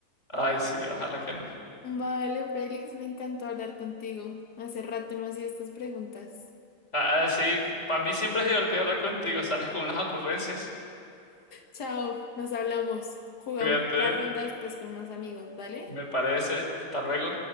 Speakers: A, on the left; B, on the left.
A: Ay, sí, ojalá que no.
B: Vale, Félix, me encantó hablar contigo. Hace rato no hacía estas preguntas.
A: Ah, sí, para mí siempre es divertido hablar contigo, sales con unas ocurrencias.
B: Chao, nos hablamos. Jugamos
A: Cuídate,
B: otra ronda después con más amigos, ¿vale?
A: me parece. Hasta luego.